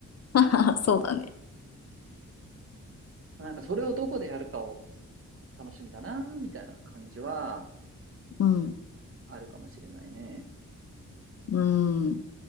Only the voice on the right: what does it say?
なんかそれをどこでやるかを楽しみだな、みたいな感じは
あるかもしれないね。